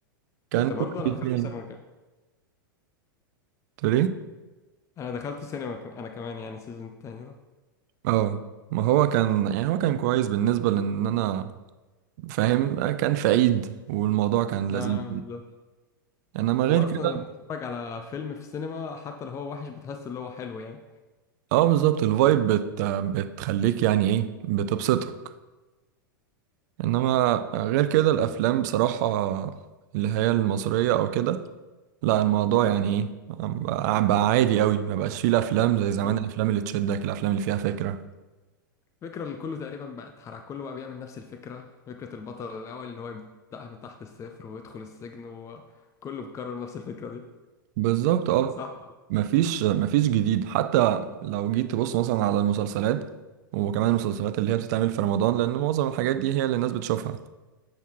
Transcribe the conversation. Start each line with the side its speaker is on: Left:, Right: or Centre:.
Right: كان
Left: انت
Right: كويس
Left: برضه انا دخلت
Right: يعني
Left: السينما انا كمان
Right: تقول ايه
Left: انا دخلت السينما ك- انا كمان يعني السيزون التاني ده
Right: اه ما هو كان يعني هو كان كويس بالنسبة لان انا فاهم كان في عيد والموضوع كان لذيذ
Left: اه بالظبط
Right: انما
Left: هو
Right: غير كده
Left: اصلا لما تتفرج على فيلم في السينما حتى لو هو وحش بتحس اللي هو حلو يعني
Right: اه بالظبط الفايب بت... بتخليك يعني ايه بتبسطك انما غير كده الافلام بصراحة اللي هي المصرية او كده لا الموضوع
Left: مم.
Right: يعني ايه بقى بقى عادي قوي ما بقاش فيه الافلام زي زمان
Left: كل
Right: الافلام اللي تشدك الافلام اللي فيها فكرة
Left: الفكرة اللي كله تقريبا بقى اتحرق كله بقى بيعمل نفس الفكرة فكرة البطل الأول اللي هو يبدأها من تحت الصفر ويدخل السجن وكله بيكرر نفس الفكرة دي
Right: بالظبط اه
Left: صح
Right: مفيش مفيش جديد حتى لو جيت تبص مثلا على المسلسلات وكمان المسلسلات اللي هي بتتعمل في رمضان لان معظم الحاجات دي هي اللي الناس بتشوفها